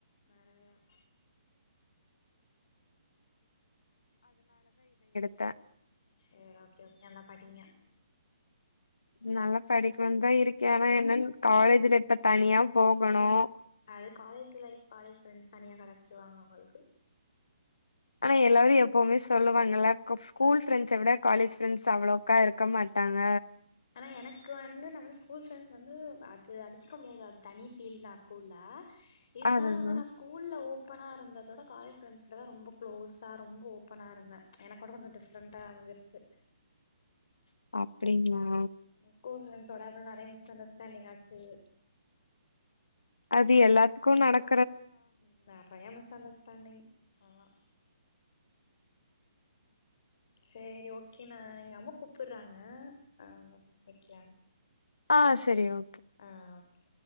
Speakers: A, on the left (about 55°); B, on the left (about 80°).
A: நெறையா
B: த
A: சேர் ஓகே ஓகே நல்லா படிங்க
B: நல்லா படிக்கணுன் தா இருக்கே ஆனா என்னன் காலேஜ்ல இப்ப தனியா போகணு
A: அது காலேஜ் லைஃப் காலேஜ் ஃப்ரெண்ட்ஸ் தனியா கெட ச்சிருவாங்க உங்களுக்கு
B: ஆனா எல்லாரு எப்பவுமே சொல்லுவாங்கல்ல கு ஸ்கூல் ஃப்ரெண்ட்ஸ விட காலேஜ் ஃப்ரெண்ட்ஸ் அவ்ளோக்கா இருக்க மாட்டாங்க
A: ஆனா எனக்கு வந்து நம்ம ஸ்கூல் ஃப்ரெண்ட்ஸ் வந்து அது அடிச்சக்க முடியாது அது தனி ஃபீல் தா ஸ்கூல்ல இருந்தாலு
B: அதுதா
A: வந்து நா ஸ்கூல்ல ஓப் பனா இருந்ததோட காலேஜ் ஃப்ரெண்ட்ஸ் கிட்ட தா ரொம்ப க்ளோஸா ரொம்ப ஓப்பனா இருந்த எனக்கோட கொஞ்சோ டிஃப்ரெண்ட்டா அமஞ்சிருச்சு
B: அப்பிடிங்ளா
A: ஸ்கூல் ஃப்ரெண்ட்ஸோட நெறைய மிஸ் அண்டர்ஸ்டாண்டிங் ஆச்சு
B: அது எல்லாத்துக்கு நடக்
A: ம் நெறையா மிஸ் அண்டர்ஸ்டாண்டிங் ஆமா செரி ஓகே நா எங்க அம்மா கூப் படுறாங்க ஆமா <unintelligible>
B: ஆ செரி ஓ
A: ஆ ஓகே